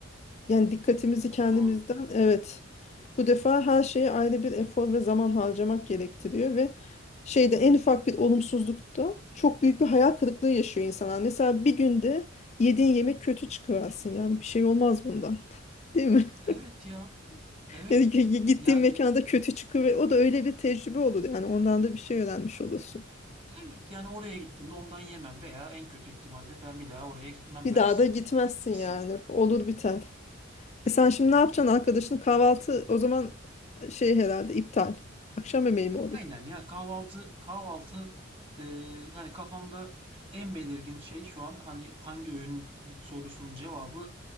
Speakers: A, on the left; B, on the right.
A: Yani dikkatimizi
B: Çok
A: kendimizden
B: doğru.
A: evet bu defa her şeye ayrı bir efor ve zaman harcamak gerektiriyor ve şeyde en ufak bir olumsuzlukta çok büyük bir hayal kırıklığı yaşıyor insanlar. Mesela bir günde yediğin yemek kötü çıkıversin yani bir şey olmaz bundan değil mi?
B: Evet
A: <laughs>
B: ya, evet.
A: Yani ki- gittiğin
B: Yani
A: mekanda kötü çıkı ve o da öyle bir tecrübe olur yani ondan da bir şey öğrenmiş olursun.
B: evet yani oraya gittiğimde ondan yemem veya en kötü ihtimalle ben bir daha oraya gitmem
A: Bir
B: dersin.
A: daha da gitmezsin
B: Gitmezsin.
A: yani olur biter. E sen şimdi ne yapacaksın arkadaşın kahvaltı o zaman şey herhalde iptal. Akşam yemeği mi olur?
B: Aynen ya kahvaltı kahvaltı e, hani kafamda en belirgin şey şu an hani hangi öğün sorusunun cevabı